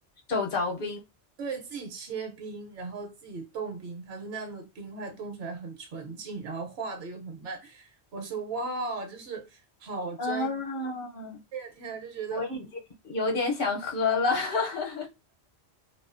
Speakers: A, on the left; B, on the right.
A: 手凿冰，
B: 对，自己切冰，然后自己冻冰。他说那样的冰块冻出来很纯净，然后化的又很慢。我说哇，就是好专业，
A: 嗯，
B: 天啊，就觉得
A: 我已经有点想喝了。<laughs>